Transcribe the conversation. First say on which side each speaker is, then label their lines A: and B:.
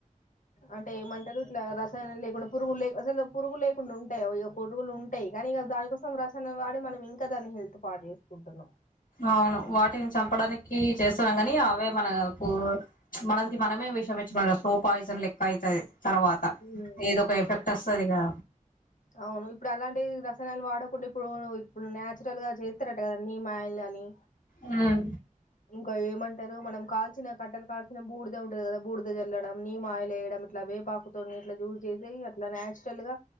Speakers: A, on the left; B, on the left.
A: అంటే ఏమంటారు ఇట్లా రసాయనం లేకుండా పురుగులు అసలు పురుగులు లేకుండా ఉంటాయి ఇక పురుగులు ఉంటాయి కానీ ఇగ దానికోసం రచణ వాడి మనం ఇంకా దాన్ని హెల్త్ పాడు చేసుకుంటున్నాం
B: అవును వాటిని చంపడానికి చేస్తున్నాం కానీ అవే మనకు మనకి మనమే విషమిచ్చి మనకు స్లో పాయిజన్ లెక్క అయితది తర్వాత
A: ఉమ్
B: ఏదో ఒక ఎఫెక్ట్ వస్తది గా
A: అవును ఇప్పుడు అలాంటి రసానాలు వాడకుండా ఇప్పుడు ఇప్పుడు నేచురల్ గా చేస్తారట కదాన్నీ మాల్ అని
B: ఉమ్
A: ఇం ఏంటరు మనం కాల్చిన కట్టెలు కాల్చిన బూడిది ఉంటది కదా బుడద జల్లడం నీమ్ ఆయిల్ వయడం ఇట్లా వేపాకుతో ఇట్లా జూస్ చేసి అట్లా నాచురల్ గా